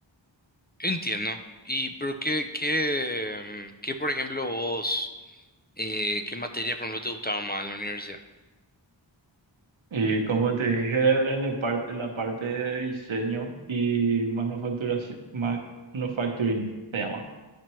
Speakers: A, on the left; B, on the right.
A: Entiendo. ¿Y pero qué, qué, mm, qué, por ejemplo, vos, eh, qué materias, por ejemplo, te gustaban más en la universidad?
B: Y como te dije, en la parte, la parte de diseño y manufacturación, manufacturing se llama,